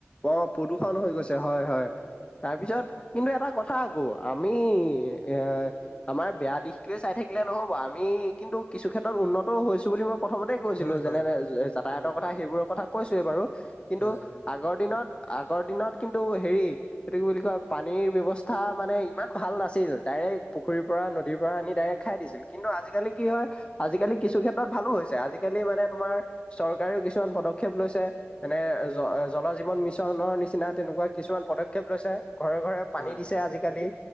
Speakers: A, on the left; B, on the left.
A: অ প্ৰদূষণ হৈ গৈছে হয় হয় তাৰপিছত কিন্তু এটা কথা আকৌ আমি এ আমাৰ বেয়া দিশতয়ে চাই থাকিলে নহব আমি কিন্তু কিছু ক্ষেত্ৰত উন্নত হৈছো বুলি মই প্ৰথমতে কৈছিলো
B: হয়
A: যেনে
B: হয়
A: যাতায়াতৰ
B: উম
A: কথা সেইবোৰৰ কথা কৈছোৱেই বাৰু কিন্তু
B: হয়
A: আগৰ দিনত আগৰ দিনত কিন্তু হেৰি এইটো কি বুলি কয় পানীৰ ব্যৱস্থা মানে ইমান ভাল নাছিল ডাইৰেক্ট পুখুৰীৰ পৰা নদীৰ পৰা আনি ডাইৰেক্ট খাই দিছিল কিন্তু আজিকালি কি হয় আজিকালি কিছু ক্ষেত্ৰত ভালো হৈছে আজিকালি মানে তোমাৰ চৰকাৰেও কিছুমান পদক্ষেপ লৈছে এনে
B: উম
A: জ জল জীৱন মিছনৰ নিচিনা তেনেকুৱা কিছুমান পদক্ষেপ লৈছে ঘৰে ঘৰে পানী
B: হয়
A: দিছে
B: হয়।
A: আজিকালি